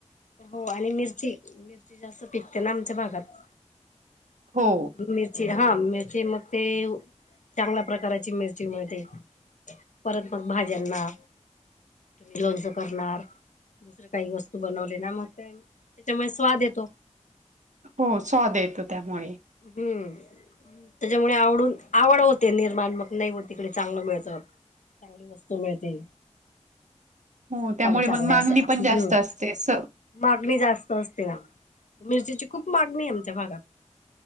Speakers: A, on the left; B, on the right.
A: हो आणि मिरची मिरची जास्त पिकते ना आमच्या भागात.
B: हो
A: मिरची हा मिरची मग ते, चांगल्या प्रकाराची मिरची मिळते. परत मग भाज्यांना, तुम्ही लोणच करणार दुसरे काही वस्तू बनवले. त्याच्यामुळे स्वाद येतो.
B: हो स्वाद येतो त्यामुळे.
A: हम्म त्याच्यामुळे आवडून आवड होते निर्माण मग नाही हो तिकडे चांगलं मिळत. चांगली वस्तू मिळते.
B: हो
A: मसाले
B: त्यामुळे मग
A: चांगले
B: मागणी
A: असं
B: पण जास्त असते असं.
A: मागणी जास्त असते ना, मिरचीची खूप मागणी ये आमच्या भागात.